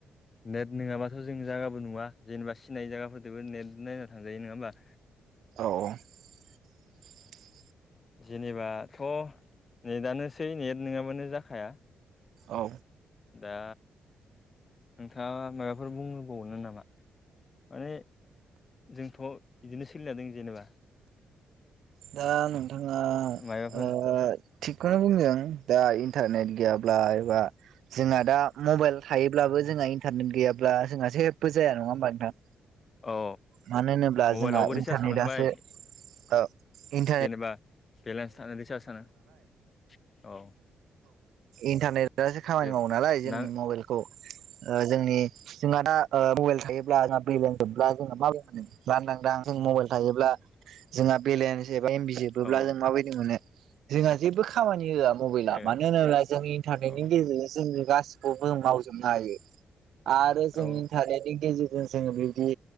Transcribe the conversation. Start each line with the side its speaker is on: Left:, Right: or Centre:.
Left: नेट नङाबाथ' जों जायगाबो नुआ जेनेबा सि सिनायि जायगाफोरदोबो नेट नायना थांजायो नङा होमबा?
Right: औ <unintelligible>
Left: जेनेबाथ' नेटआनोसै नेट नङाबानो जाखाया।
Right: औ।
Left: दा नोंथाङा माबाफोर बुंबावनो नामा? माने जोंथ' इदिनो सोलिना दों जेनेबा।
Right: दा नोंथाङा
Left: माबाफोर
Right: ओ थिगखौनो बुंदों दा इन्टारनेट गैयाब्ला एबा जोंना दा मबाइल थायोब्लाबो जोंहा इन्टारनेट गैयाब्ला जोंहा जेबो जाया नङा होमबा नोंथां?
Left: औ
Right: मानो होनोब्ला
Left: मबाइलावबो
Right: जोंहा इन्टारनेटआसो
Left: रिसार्ज थानांबाय
Right: ओ इन्टारनेट
Left: जेनेबा बेलेन्स थानो रिसार्ज थानो औ।
Right: इन्टारनेटासो खामानि
Left: जेरै
Right: मावो नालाय जोंनि
Left: ना
Right: मबाइलखौ ओ जोंनि जोंहा दा ओ मबाइल थायोब्ला जोंहा बेलेन्स जोबब्ला जोंहा माबोरै मोनो लानदांदां जों मबाइल थायोब्ला जोंहा बेलेन्स एबा एम बि जोबोब्ला
Left: औ
Right: जों माबायदि मोनो जोंहा जेबो खामानि होआ। मबाइला
Left: ए
Right: मानो होनोब्ला जों इन्टारनेटनि
Left: औ
Right: गेजेरजों जों गासिखौबो मावजोबनो हायो। आरो जों
Left: औ
Right: इन्टारनेटनि गेजेरजों जोङो बेबायदि